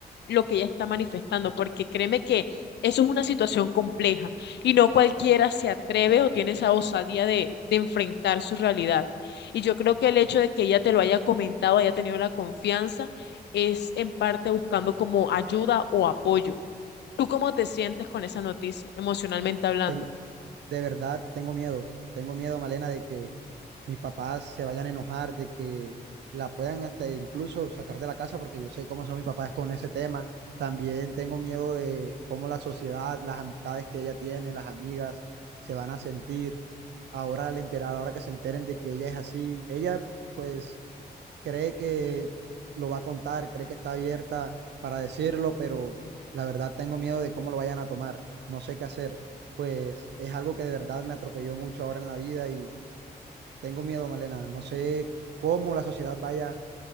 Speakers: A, on the left (about 80°); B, on the right (about 80°).
A: lo que ella está manifestando, porque créeme que eso es una situación compleja y no cualquiera se atreve o tiene esa osadía de, de enfrentar su realidad. Y yo creo que el hecho de que ella te lo haya comentado, haya tenido la confianza, es en parte buscando como ayuda o apoyo. ¿Tú cómo te sientes con esa noticia, emocionalmente hablando?
B: Ten- de verdad tengo miedo. Tengo miedo, Malena, de que mis papás se vayan a enojar, de que la puedan hasta incluso sacar de la casa, porque yo sé cómo son mis papás con ese tema. También tengo miedo de cómo la sociedad, las amistades que ella tiene, las amigas, se van a sentir. Ahora al enterar, ahora que se enteren de que ella es así, ella pues cree que lo va a contar, cree que está abierta para decirlo, pero la verdad tengo miedo de cómo lo vayan a tomar. No sé qué hacer. Pues es algo que de verdad me atropelló mucho ahora en la vida y tengo miedo, Malena. No sé cómo la sociedad vaya